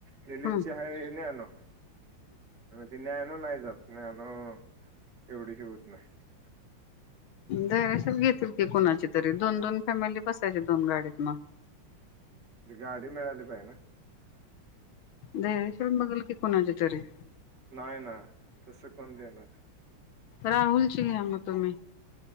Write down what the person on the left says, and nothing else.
हम्म
धैर्यशील घेतील की, कुणाची तरी दोन-दोन फॅमिली बसायची दोन गाडीत म.
धैर्यशील बघल की कोणाच तरीे.
राहुलची घ्या
मग तुम्ही